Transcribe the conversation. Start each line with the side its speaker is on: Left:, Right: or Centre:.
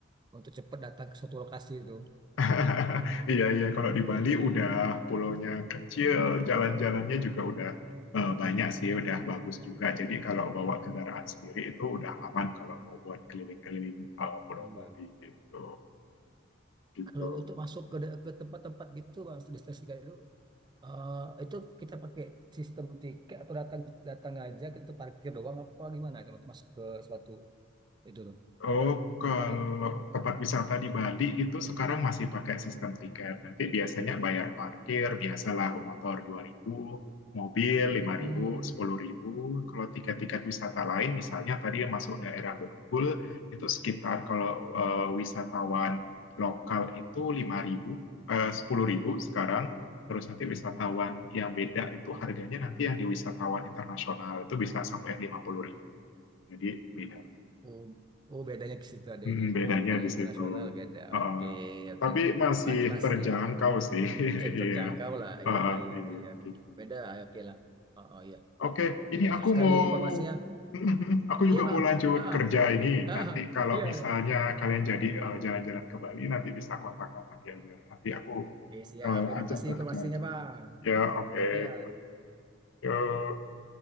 Right: untuk cepat datang ke suatu lokasi itu.
Left: <laughs> Iya, iya. Kalau di Bali
Right: Iya, iya,
Left: udah
Right: iya.
Left: pulaunya kecil, jalan-jalannya juga udah eh, banyak sih, udah bagus juga. Jadi kalau bawa kendaraan sendiri itu udah aman kalau mau buat keliling-keliling eh, Pulau
Right: iya.
Left: Bali gitu. Gitu.
Right: Kalau untuk masuk ke ke tempat-tempat gitu, masuk destinasi kayak itu, eh, itu kita pakai sistem tiket atau datang datang aja kita parkir doang apa gimana itu untuk masuk ke suatu itu tuh,
Left: Oh,
Right: apa
Left: kalau
Right: tempat itu.
Left: tempat wisata di Bali itu sekarang masih pakai sistem tiket. Nanti biasanya bayar parkir, biasalah motor 2.000, mobil
Right: Mm-mm.
Left: lima ribu, sepuluh ribu. Kalau tiket-tiket wisata lain, misalnya tadi yang masuk daerah Bedugul, itu sekitar kalau eh, wisatawan lokal itu 5.000, eh, 10.000 sekarang. Terus nanti wisatawan yang beda itu harganya nanti yang di wisatawan internasional itu bisa sampai 50.000. Jadi beda.
Right: Oh, oh bedanya ke situ ada
Left: Mm,
Right: di
Left: bedanya
Right: kalau
Left: di
Right: internasional
Left: situ.
Right: beda.
Left: Heeh.
Right: Oke, oke.
Left: tapi masih
Right: Berarti masih
Left: terjangkau sih. <laughs>
Right: terjangkau
Left: Iya.
Right: lah
Left: Heeh,
Right: iya iya
Left: iya
Right: iya
Left: gitu.
Right: beda ya, oke lah oh, oh iya
Left: Oke,
Right: oke
Left: ini
Right: banyak
Left: aku
Right: sekali
Left: mau
Right: informasinya
Left: <laughs> aku juga
Right: iya bang
Left: mau lanjut
Right: ah
Left: kerja
Right: ah,
Left: ini.
Right: ah,
Left: Nanti kalau
Right: iya
Left: misalnya
Right: iya, bang
Left: kalian jadi eh, jalan-jalan ke Bali nanti bisa kontak-kontak ya biar nanti aku
Right: oke siap
Left: eh,
Right: terima
Left: ajak
Right: kasih
Left: lah
Right: informasinya
Left: jalan-jalan.
Right: bang
Left: Ya, oke.
Right: iya
Left: Oke. Yuk.